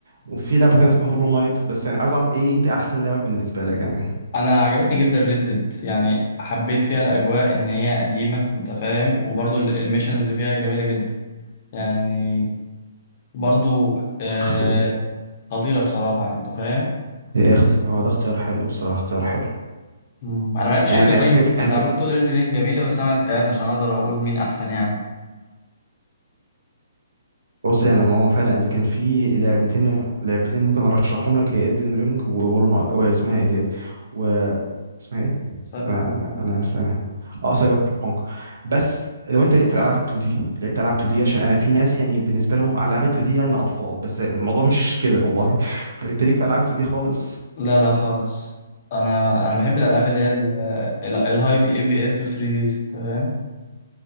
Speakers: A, on the right; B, on the left.
A: وفي لعبه تانيه اسمها هولو نايت بس يعني عايز اعرف ايه انت احسن لعبه بالنسبه لك يعني
B: انا عجبتني جدا ردد يعني حبيت فيها الاجواء ان هي قديمه انت فاهم وبرضو ال- الميشنز فيها جميله جدا يعني برضو آه
A: اخت
B: خطيره بصراحه يعني انت فاهم
A: ايه اخت هو ده اختيار حلو بصراحه اختيار حلو
B: مم. انا ما لعبتش
A: يعني
B: اندر رينج
A: في... في...
B: انت
A: يعني
B: عمال تقول اندر رينج جميله بس انا ما لعبتهاش عشان اقدر اقول مين احسن يعني
A: بص يعني ما هو فعلا اذا كان في لعبتين لعبتين ممكن ارشحهم لك هي ادن رينج وهولو نايت واسمها ايه ديت و اسمها ايه
B: سايبر
A: انا
B: بانك
A: انا انا أنا- اه سايبر بانك بس لو انت ليك في الالعاب ال 2 دي لعبت العاب 2 دي عشان انا في ناس يعني بالنسبه لهم العاب ال 2 دي يعني اطفال بس الموضوع مش كده والله <laughs> فانت ليك في العاب 2 دي خالص
B: لا لا خالص انا انا بحب الالعاب اللي هي الهاي في اي في اس و 3 ديز انت فاهم